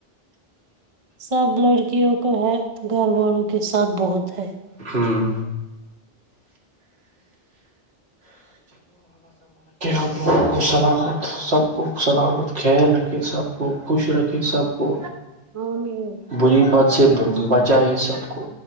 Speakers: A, on the right; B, on the right.
A: سب لڑکیوں کو ہے گھر والوں کے ساتھ بہت ہے
B: ہوں اپ لوگوں کو سلام سب کو سلامت خل رکھیں سب کو خوش رکھیں سب کو
A: اورمی
B: بری بات سے بچا ہے سب کو